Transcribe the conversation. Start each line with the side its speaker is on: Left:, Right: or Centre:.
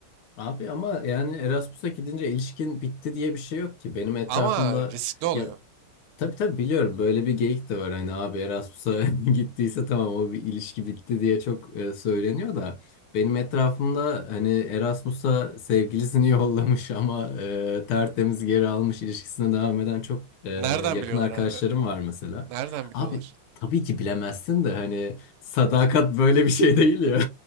Left: Abi ama yani Erasmus'a gidince ilişkin bitti diye bir şey yok ki. Benim etrafımda
Right: Ama riskli oluyor.
Left: ya Tabii tabii biliyorum böyle bir geyik de var hani abi Erasmus'a <laughs> gittiyse tamam o bir ilişki bitti diye çok e, söyleniyor da benim etrafımda hani Erasmus'a sevgilisini <laughs> yollamış ama e, tertemiz geri almış ilişkisine devam eden çok e,
Right: Nereden
Left: yakın
Right: biliyorlar
Left: arkadaşlarım
Right: abi?
Left: var mesela.
Right: Nereden biliyorlar?
Left: Abi tabii ki bilemezsin de hani sadakat böyle bir şey değil ya.